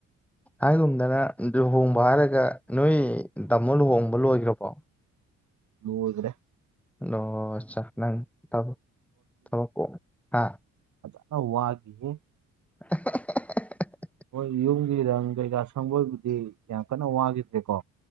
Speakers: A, in the centre; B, on the right (about 70°).
A: ꯍꯥꯢꯒꯨꯝꯗꯅ ꯂꯨꯍꯣꯡꯕ ꯍꯥꯏꯔꯒ ꯅꯣꯏ ꯇꯥꯃꯣ ꯂꯨꯍꯣꯡꯕ ꯂꯣꯏꯒ꯭ꯔꯕꯣ
B: ꯂꯣꯢꯒꯔꯦ
A: ꯗꯣ ꯑꯠꯆꯥ ꯅꯪ ꯊꯕꯛ ꯊꯕꯛ ꯀꯣꯝ ꯍꯥ
B: ꯈꯔ ꯋꯥꯠꯂꯤꯍꯦ
A: <unintelligible>
B: ꯍꯣꯏ ꯌꯨꯝꯒꯤ ꯔꯪ ꯀꯩꯀꯥ ꯁꯪꯕꯕꯨꯗꯤ ꯌꯥꯝ ꯀꯟꯅ ꯋꯥꯒꯤꯗ꯭ꯔꯦꯀꯣ